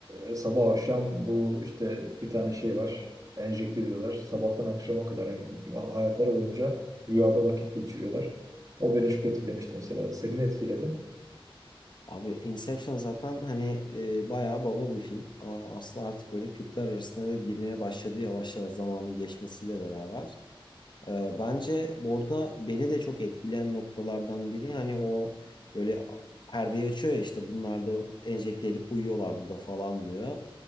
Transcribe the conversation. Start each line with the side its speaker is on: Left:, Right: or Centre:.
Right: e, sabah akşam bu işte bir tane şey var. Enjekte diyorlar. Sabahtan akşama kadar yani hayatları boyunca rüyada vakit geçiriyorlar. O beni çok etkilemişti mesela. Senin etkiledi.
Left: Abi Inception zaten hani e, bayağı baba bir film. Ama aslında artık böyle kültler arasında da girmeye başladı yavaş yavaş zamanın geçmesiyle beraber. E, bence burada beni de çok etkileyen noktalardan biri hani o böyle perdeyi açıyor ya işte bunlar da enjekte edip uyuyorlar burada falan diyor.